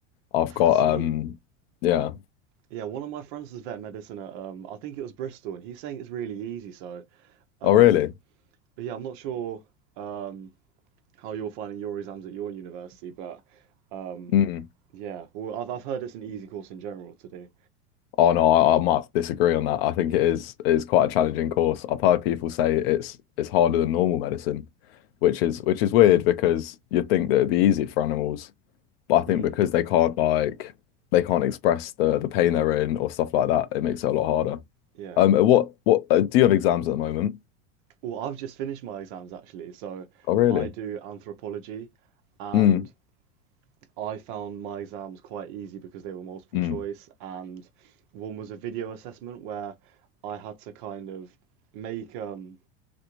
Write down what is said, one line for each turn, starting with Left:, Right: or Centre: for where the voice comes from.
Left: I've got
Right: See,
Left: um yeah.
Right: yeah, one of my friends was vet medicine at, um, I think it was Bristol, and he's saying it's really easy. So, um,
Left: Oh really?
Right: but yeah, I'm not sure, um, how you're finding your exams at your university, but, um,
Left: Mm.
Right: yeah, well, I've, I've heard it's an easy course in general to do.
Left: Oh no, I, I might have to disagree on that. I think it is it is quite a challenging course. I've heard people say it's it's harder than normal medicine, which is which is weird because you'd think that it'd be easier for animals, but I think
Right: Mm,
Left: because they can't like they can't express the the pain they're in or stuff like that, it makes it a lot harder.
Right: yeah.
Left: Um, uh, what what uh, do you have exams at the moment?
Right: Well, I've just finished my exams actually, so
Left: Oh really?
Right: I do anthropology and
Left: Mm,
Right: I found my exams quite easy because they were multiple
Left: mm,
Right: choice, and one was a video assessment where I had to kind of make um